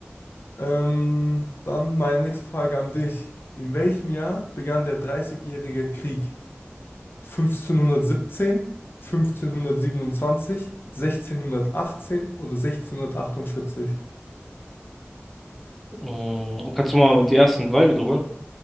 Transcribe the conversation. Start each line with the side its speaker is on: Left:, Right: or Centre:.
Left: Ähm, dann meine nächste Frage an dich. In welchem Jahr begann der Dreißigjährige Krieg? 1517, 1527, 1618 oder 1648?
Centre: Mm, Kannst du mal die ersten drei wiederholen?